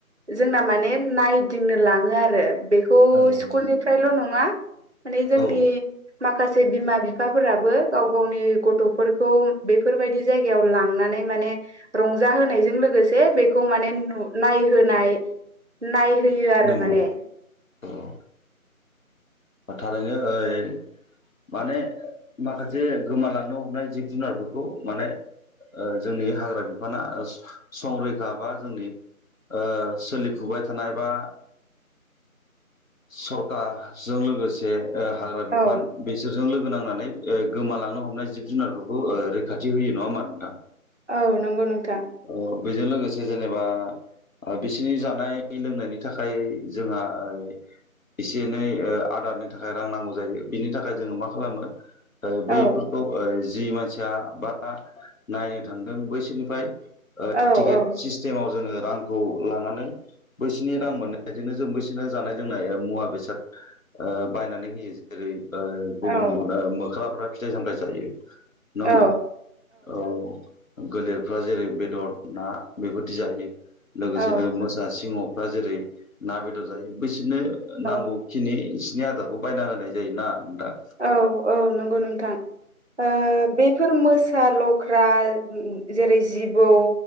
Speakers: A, on the right; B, on the left.
A: जोंना माने नायदिंनो लाङो आरो बेखौ
B: नंगौ नोंथां
A: स्कुलनिफ्रायल नङा माने जोंनि
B: औ
A: माखासे बिमा बि फाफोराबो गाव गावनि गथफोरखौ बेफोरबायदि जायगायाव लांनानै माने रंजा होनायजों लोगोसे बे बेखौ माने नु नायहोनाय नाय होयो आरो
B: नंगौ
A: माने
B: औ थारैनो ओइ माने माखासे गोमालांनो हमनाय जिब जुनारफोरखौ माने ओ जोंनि हाग्रा बिफाना संरैखा बा जोंनि ओ सोलिफुबाय थानाय बा सरकाजों लोगोसे ओ हाग्रा बिफान
A: औ
B: बेसोरजों लोग गोनांनानै ओ गोमालांनो हमनाय जिब जुनारफोरखौ ओ रैखाथि होयो नङा होमबा नोंथां?
A: औ नंगौ नोंथां।
B: औ बेजों लोगोसे जेनेबा ओ बिसिनि जानाय लोंनायनि थाखाय जोंहा ओ एसे एनै ओ आदारनि थाखाय रां नांगौ जायो बिनि थाखाय जोङो मा खालामो ओ बैफोरखौ
A: औ
B: ओ जि मानसिया बा नायनो थांदों बैसोरनिफ्राय ओ
A: औ
B: टिकेट
A: औ
B: सिस्टेमाव जोङो रांखौ लानानै बैसोरनि रां मोननायजोंनो जों बैसोरनो जानाय लोंनाय ओ मुवा बेसाद ओ बायनानै होयो जेरै ओ गुबुन-
A: औ
B: गुबुन ओ मोख्राफ्रा फिथाइ-सामथाय जायो नङा होमबा
A: औ
B: औ। गोलेरफ्रा जेरै बेदद ना बेफोरदि जायो लोगोसेनो
A: औ
B: मोसा सिंह बा जेरै ना बेदर जायो बैसोरनो
A: औ
B: नांगौखिनि खिनि आदारखौ बायना होनाय जायो ना। नोंथां
A: औ-औ नंगौ नोंथां ओ बेफोर मोस सा लख्रा उम-उम जेरै जिबौ